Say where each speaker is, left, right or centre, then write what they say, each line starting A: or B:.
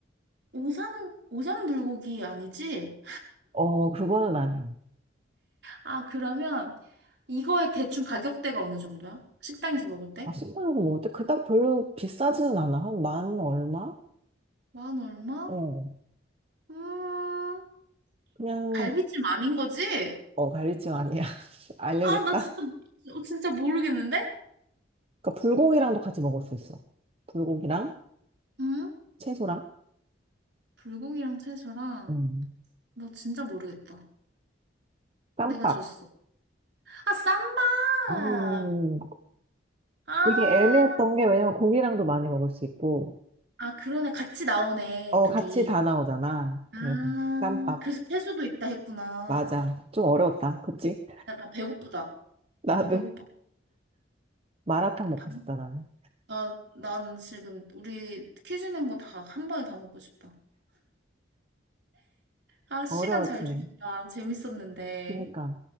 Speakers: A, on the right; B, on the right.
A: 오삼, 오삼 불고기 아니지?
B: 어, 그거는 아니야.
A: 아, 그러면 이거의 대충 가격대가 어느 정도야? 식당에서 먹을 때?
B: 아, 식당에서 먹을 때 그닥 별로 비싸지는 않아. 한 만 얼마?
A: 만 얼마?
B: 어,
A: 음,
B: 그냥,
A: 갈비찜 아닌 거지?
B: 어, 갈비찜 아니야. <laughs> 알려줄까?
A: 아, 나 진짜, 어, 진짜 모르겠는데?
B: 그러니까 불고기랑도 같이 먹을 수 있어. 불고기랑
A: 응?
B: 채소랑
A: 불고기랑 채소랑.
B: 음.
A: 나 진짜 모르겠다.
B: 쌈밥.
A: 내가 졌어. 아, 쌈박!
B: 음.
A: 아,
B: 되게 애매했던 게 왜냐면 고기랑도 많이 먹을 수 있고
A: 아, 그러네. 같이 나오네,
B: 어
A: 둘이.
B: 같이 다 나오잖아.
A: 아,
B: 그래서 쌈밥
A: 그래서 채소도 있다 했구나.
B: 맞아. 좀 어려웠다. 그치?
A: 야, 나 배고프다.
B: 나도
A: 나 배고파.
B: 마라탕 먹고
A: 밥,
B: 싶다 나는.
A: 나, 난 지금 우리 퀴즈 낸 거 다 한 번에 다 먹고 싶다. 아, 시간
B: 어려웠지.
A: 잘 주겠다. 재밌었는데.
B: 그러니까